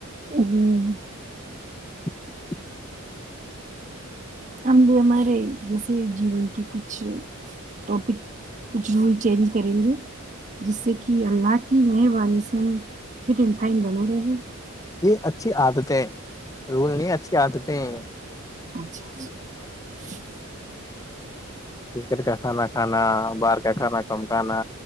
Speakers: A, on the right; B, on the left.
A: ہمم
B: <unintelligible>
A: ہم بھی ہمارے جیسے جیون کے کچھ ٹاپک کچھ رول چینج کریں گے جس سے کہ اللہ کی مہربانی سے ہم فٹ اینڈ فائن بنے رہے
B: یہ اچھی عادتیں ہیں رول نہیں اچھی عادتیں <unintelligible>
A: اچھا اچھا <unintelligible>
B: کن کا کھانا کھانا باہر کا کھانا کم کھانا